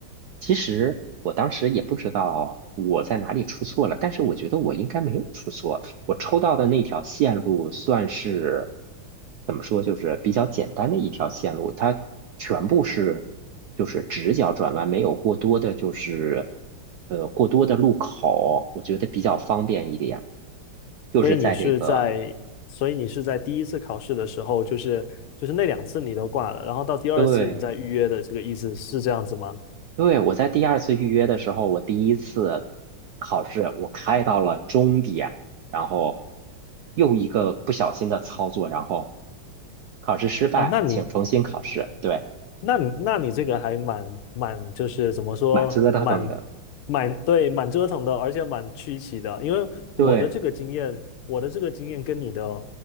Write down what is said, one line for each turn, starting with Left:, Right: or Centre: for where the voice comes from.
Right: 其实我当时也不知道我在哪里出错了，但是我觉得我应该没有出错。我抽到的那条线路算是怎么说，就是比较简单的一条线路，它全部是就是直角转弯，没有过多的就是呃过多的路口，我觉得比较方便一点。就是在这个
Left: 所以你是在，所以你是在第一次考试的时候，就是就是那两次你都挂了，然后到第二次你再预约的这个意思是这样子吗？
Right: 对对，我在第二次预约的时候，我第一次考试我开到了终点，然后又一个不小心的操作，然后考试失败，
Left: 啊，那你
Right: 请重新考试。对，
Left: 那你那你这个还蛮蛮就是怎么说，
Right: 蛮折腾的。
Left: 蛮蛮对，蛮折腾的，而且蛮曲奇的。因为我的这个经验，
Right: 对，
Left: 我的这个经验跟你的